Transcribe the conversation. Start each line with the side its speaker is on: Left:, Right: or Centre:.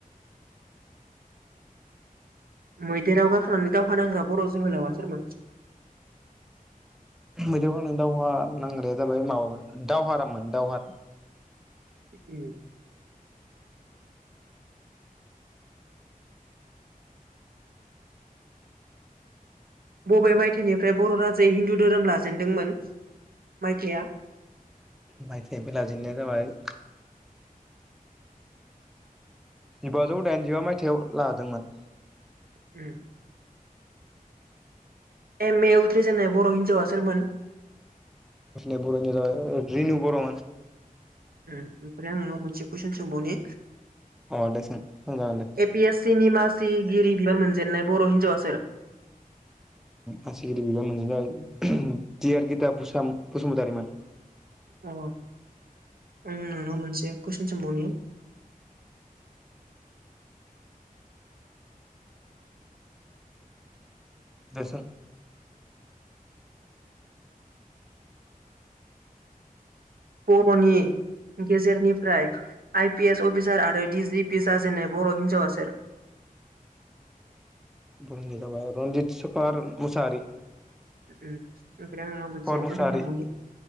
Right: मैदेराव गाखोनानै दावहा नांग्रा बर' जोहोलावा सोरमोन?
Centre: मैदेरआव खोना दावहा नांग्राया जाबाय माबामोन दावहारामोन दावहाराम।
Right: उ बबे मायथाइनिफ्राय बर' राजायै हिन्दु धोरोम लाजेनदोंमोन मायथाइया?
Centre: माइफेफलाजेननाया जाबाय जिबाजौ दाइनजिबा मायथायाइाव लादोंमोन।
Right: उ एम ए उथ्रिजानाय बर' हिन्जावा सोरारमोन?
Centre: बि बर'निेर जाबाय रिेनु बर'मोन।
Right: उ ओमफ्राय आं न' मोनसे कुइसन सोंबावनि?
Centre: अ दे सों जागोन दे
Right: ए पि एस सि नि मासिगिरि बि मोनजेननाय बर' हिन्जावा सोर?
Centre: मासिगिरि बिबान मोनजेन नाया डआर गिता बसुमतारिमोन
Right: अ आं नोंनाव मोनसे कुइसन सोंबावनि?
Centre: <inaudible> <unintelligible> देसों
Right: बर'नि गेजेरनिफ्राय आइपि एस अफिसार आरो डि जिपि जाजेननाय बर हिन्जावा सोर
Centre: बुंनि जाबाय रनजित सफार मुसारि
Right: उम ओमफ्राय आङो मोनसे
Centre: मुसाहारि
Right: कइसन सोनबावनि